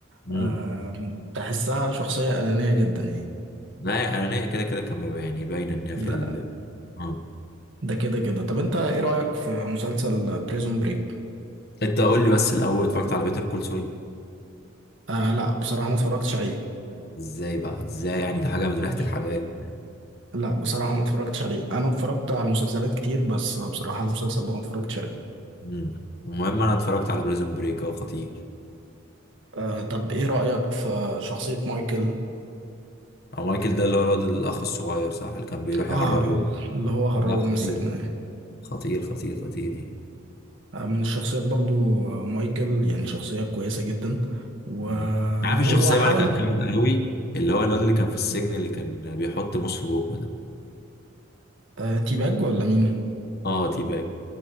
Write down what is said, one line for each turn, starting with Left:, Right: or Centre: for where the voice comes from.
Left: مم.
Right: آم، تحسها شخصية أنانية جدا يعني
Left: لا يا انانيه كده كده كان بيبقى يعني باينه ان هي في
Right: ده
Left: ال آه.
Right: ده كده كده طب أنت إيه رأيك في مسلسل بريزون بريك؟
Left: انت قول لي بس الاول اتفرجت على بيتر كول سول
Right: آه لا بصراحة ما اتفرجتش عليه
Left: ازاي بقى ازاي يعني ده حاجه من ريحه
Right: <laughs>
Left: الحبايب
Right: لا بصراحة ما اتفرجتش عليه أنا اتفرجت على مسلسلات كتير بس بصراحة المسلسل ده ما اتفرجتش عليه
Left: مم. المهم انا اتفرجت على بريزون بريك هو خطير
Right: آه طب إيه رأيك في شخصية مايكل؟
Left: او مايكل ده اللي هو الواد الاخ الصغير صح اللي كان بيروح
Right: آه
Left: يهربه
Right: اللي هو هربه
Left: لا خطير
Right: من السجن
Left: خطير خطير خطير يعني
Right: من الشخصيات برضو مايكل يعني شخصية كويسة جدا و-
Left: مم. عارف
Right: وهو
Left: الشخصيه
Right: حاول
Left: بقى اللي كان جامد قوي اللي هو الواد اللي كان في السجن اللي كان بيحط موس في بقه ده
Right: آه، تيباج ولا مين؟
Left: اه تي باج